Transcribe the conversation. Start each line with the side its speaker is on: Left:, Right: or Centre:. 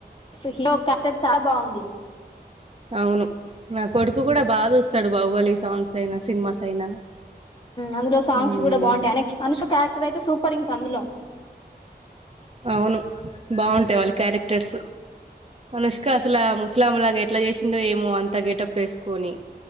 Left: బస్ హీరో కట్టర్ చాలా బాగుంది
Right: అవును నా కొడుకు కూడా బాగా చూస్తాడు బాహువలి సాంగ్స్ అయినా సినిమాస్ అయినా
Left: అందులో సాంగ్స్
Right: ఉమ్
Left: కూడా బాగుంటాయి అ అనుష్ క్యారెక్టర్ అయితే సూపర్ ఇంకా అందులో
Right: అవును బాగుంటాయి వాళ్ళ క్యారెక్టర్స్ అనుష్ కా అసలా ముస్లాం లాగా ఎట్లా చేసిండో ఏమో అంత గెటప్ వేసుకొని